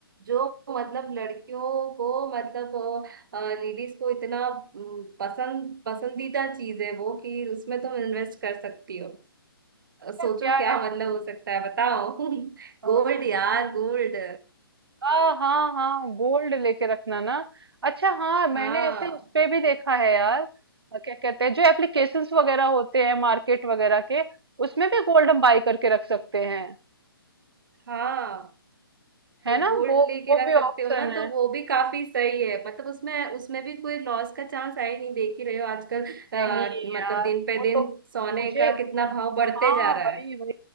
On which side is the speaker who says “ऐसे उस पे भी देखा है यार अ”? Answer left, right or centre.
Right